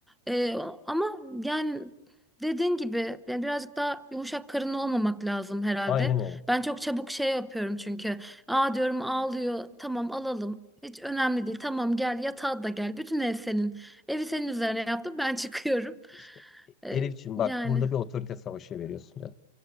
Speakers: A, in the centre; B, on the left.
A: Ee, ama yani Dediğin gibi yani birazcık daha yumuşak karınlı olmamak lazım herhalde.
B: Aynen öyle.
A: Ben çok çabuk şey yapıyorum çünkü. Aa diyorum ağlıyor. Tamam alalım. Hiç önemli değil. Tamam gel yatağa da gel. Bütün ev senin. Evi senin üzerine yaptım. Ben <laughs> çıkıyorum.
B: İşte
A: Ee,
B: Elifçim
A: yani.
B: bak burada bir otorite savaşı veriyorsun ya.